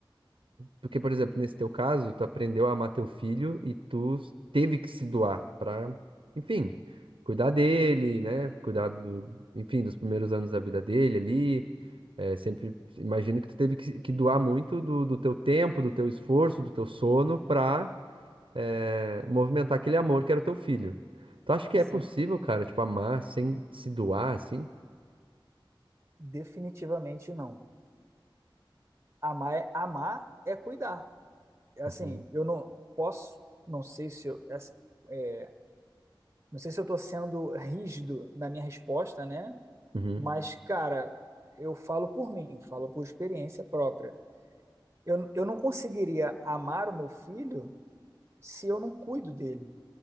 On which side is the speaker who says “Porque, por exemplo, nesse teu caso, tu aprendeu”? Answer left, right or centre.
Right